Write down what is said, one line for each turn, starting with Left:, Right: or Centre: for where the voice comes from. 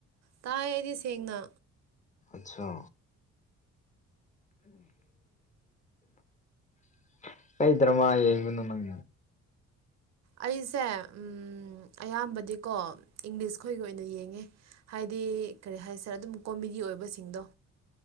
Right: ꯇꯥꯏ ꯑꯩꯗꯤ ꯁꯦꯡꯅ
Left: ꯑꯠꯆꯥ <inaudible> ꯀꯩ ꯗ꯭ꯔꯃꯥ ꯌꯦꯡꯕꯅꯣ ꯅꯪ
Right: ꯑꯩꯁꯦ ꯎꯝ ꯑꯌꯥꯝꯕꯗꯤꯀꯣ ꯏꯪꯂꯤꯁ ꯈꯣꯏꯒꯤ ꯑꯣꯏꯅ ꯌꯦꯡꯉꯦ ꯍꯥꯏꯗꯤ ꯀꯔꯤ ꯍꯥꯏꯁꯦꯔ ꯑꯗꯨꯝ ꯀꯣꯃꯦꯗꯤ ꯑꯣꯏꯕꯁꯤꯡꯗꯣ